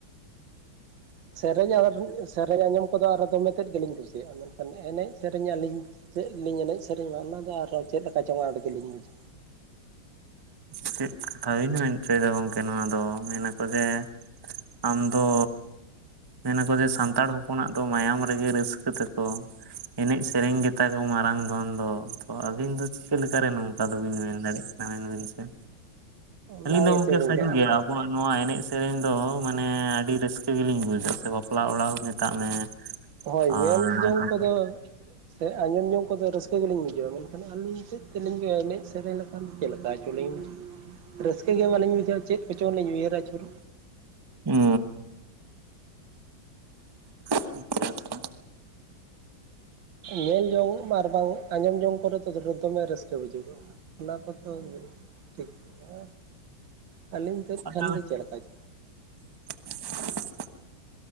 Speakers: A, on the right; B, on the right.
A: ᱥᱮᱸᱨᱮᱧ ᱟᱨ ᱨᱩᱜ ᱥᱮᱸᱨᱮᱧ ᱟᱸᱡᱚᱢ ᱠᱚᱫᱚ ᱟᱨ ᱫᱚᱢᱮ ᱛᱮᱫ ᱜᱮᱞᱤᱧ ᱠᱩᱥᱤᱭᱟᱜᱼᱟ᱾ ᱮᱱᱮᱡ ᱥᱮᱸᱨᱮᱧ ᱟᱹᱞᱤᱧ ᱪᱮᱫᱞᱤᱧ ᱮᱱᱮᱡ ᱥᱮᱨᱮᱧᱟ ᱚᱱᱟᱫᱚ ᱟᱨᱦᱚᱸ ᱪᱮᱫ ᱞᱮᱠᱟ ᱪᱚᱝ ᱟᱸᱴ ᱜᱮᱞᱤᱧ ᱵᱩᱡᱟ᱾
B: ᱪᱮᱫ ᱠᱟᱦᱤᱱᱤ ᱢᱮᱱᱛᱮ ᱫᱚ ᱜᱚᱢᱠᱮ ᱱᱚᱣᱟ ᱫᱚ ᱢᱮᱱ ᱟᱠᱚ ᱡᱮᱼᱼ ᱟᱢ ᱫᱚᱼᱼ ᱢᱮᱱᱟᱠᱚ ᱡᱮ ᱥᱟᱱᱛᱟᱲ ᱦᱚᱯᱚᱱᱟᱜ ᱫᱚ ᱢᱟᱭᱟᱢ ᱨᱮᱜᱮ ᱨᱟᱹᱥᱠᱟᱹ ᱛᱟᱠᱚ᱾ ᱮᱱᱮᱡ ᱥᱮᱸᱨᱮᱧ ᱜᱮᱛᱟ ᱠᱚ ᱢᱟᱨᱟᱝ ᱫᱷᱚᱱ ᱫᱚ ᱛᱚ ᱟᱹᱵᱤᱱ ᱫᱚ ᱪᱤᱠᱟᱹᱞᱮᱠᱟᱨᱮ ᱱᱚᱝᱠᱟ ᱫᱩᱵᱤᱱ ᱢᱮᱱ ᱫᱟᱲᱟᱹᱜ ᱟᱵᱤᱱ ᱪᱮᱫ
A: ᱚᱱᱟᱜᱮ
B: ᱟᱹᱞᱤᱧ ᱫᱚ ᱜᱚᱝᱠᱮ
A: ᱪᱮᱫ ᱵᱤᱱ
B: ᱥᱟᱹᱨᱤ
A: ᱪᱤᱠᱟᱹᱜᱼᱟ
B: ᱜᱮᱭᱟᱢ᱾ ᱦᱜᱚᱭ ᱱᱚᱣᱟ ᱮᱱᱮᱡ ᱥᱮᱸᱨᱮᱧ ᱫᱚ ᱢᱟᱱᱮ ᱟᱹᱰᱤ ᱨᱟᱹᱥᱠᱟᱹ ᱜᱮᱞᱤᱧ ᱵᱩᱡᱟ ᱥᱮ ᱵᱟᱯᱞᱟ ᱚᱲᱟᱜ ᱢᱮᱛᱟᱜ ᱢᱮ᱾
A: ᱦᱳᱭ
B: ᱟᱨ
A: ᱧᱮᱞ ᱡᱚᱝ
B: ᱛᱟᱯᱚᱨᱮ
A: ᱠᱚᱫᱚ ᱥᱮ ᱟᱸᱡᱚᱢ ᱡᱚᱝ ᱠᱚᱫᱚ ᱨᱟᱹᱥᱠᱟᱹ ᱜᱮᱞᱤᱧ ᱵᱩᱡᱷᱟᱹᱣᱟ ᱢᱮᱱᱼᱼ ᱟᱹᱞᱤᱧ ᱥᱮᱫ ᱛᱮ ᱞᱤᱧ ᱮᱱᱮᱡ ᱥᱮᱸᱨᱮᱧ ᱞᱮᱠᱷᱟᱱ ᱪᱮᱫ ᱞᱮᱠᱟ ᱪᱩᱞᱤᱧᱼᱼ ᱨᱟᱹᱥᱠᱟᱹ ᱜᱮ ᱵᱟᱹᱞᱤᱧ ᱵᱩᱡᱷᱟᱹᱣ ᱪᱮᱫ ᱠᱚᱪᱚ ᱞᱤᱧ ᱩᱭᱦᱟᱹᱨ ᱟᱪᱩᱨ᱾
B: ᱚᱻ ᱟᱪᱪᱷᱟ <unintelligible>
A: ᱧᱮᱞ ᱡᱚᱝ ᱟᱨ ᱵᱟᱝ ᱟᱸᱡᱚᱢ ᱡᱚᱝ ᱠᱚᱨᱮ ᱫᱚ ᱫᱚᱢᱮ ᱨᱟᱹᱥᱠᱟᱹ ᱵᱩᱡᱚᱜᱚᱜᱼᱟ᱾ ᱚᱱᱟ ᱠᱚᱫᱚ ᱴᱷᱤᱠ ᱜᱮ ᱟᱹᱞᱤᱧ ᱥᱮᱫ ᱠᱷᱟᱱ
B: ᱛᱟᱦᱚᱞᱮ
A: ᱜᱮ ᱪᱮᱫᱮ ᱞᱮᱠᱟ ᱪᱚ᱾
B: <unintelligible>